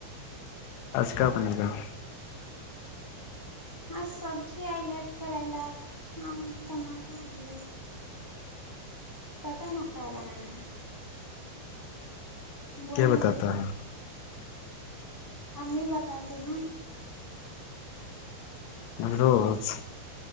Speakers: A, on the left (about 85°); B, in the centre.
A: آج ک اپنا جاؤ
B: ہاں سبزی آئل ہے کرا ل ہاں ٹماٹو آئل پتا مکھا بنا نہ بولیں
A: کیا بتاتا
B: گے جو
A: ہے
B: امی بتاتے ہیں
A: روز